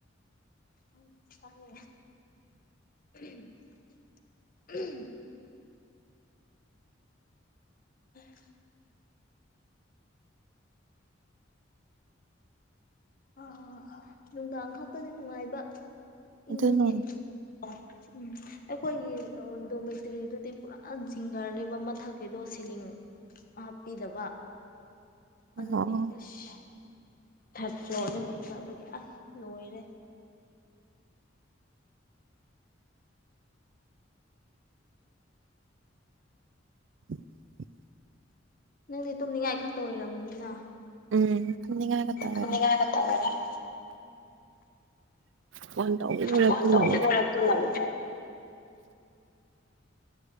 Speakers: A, on the left (about 45°); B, on the right (about 70°).
A: ꯎ ꯐꯔꯦ <inaudible> ꯌꯦ <unintelligible> ꯑ ꯅꯨꯡꯗꯥꯡ ꯈꯛꯇꯗ ꯅꯨꯡꯉꯥꯏꯕ
B: ꯑꯗꯨꯅ
A: ꯏꯪꯕꯒꯤ ꯑꯣ ꯎꯝ ꯑꯩꯈꯣꯏꯒꯤ ꯗꯣꯃꯦꯇ꯭ꯔꯤꯗꯨꯗꯤ ꯄꯨꯔꯥ ꯖꯤꯡꯒꯔꯅꯦꯕ ꯃꯊꯛꯀꯤꯗꯣ ꯁꯤꯂꯤꯡ ꯍꯥꯞꯄꯤꯗꯕ
B: ꯑꯣ
A: ꯑꯗꯨꯒꯤ ꯑꯁ ꯐꯂꯣꯔ ꯂꯩꯕ ꯑꯗꯨꯒꯤ ꯑꯁ ꯂꯣꯏꯔꯦ
B: <inaudible>
A: ꯅꯪꯗꯤ ꯇꯨꯝꯅꯤꯡꯉꯥꯏ ꯈꯛꯇ ꯑꯣꯏꯔꯝꯃꯅꯤꯅ
B: ꯎꯝ ꯇꯨꯝꯅꯤꯡꯉꯥꯏꯒ
A: <unintelligible>
B: ꯇꯧꯔꯦ ꯐꯣꯟ ꯇꯧꯕꯗꯨꯗ
A: ꯐꯣꯟ
B: ꯇꯨꯝꯃꯅꯤ
A: ꯇꯧꯕ ꯂꯣꯏꯔ ꯇꯨꯝꯃꯅꯤ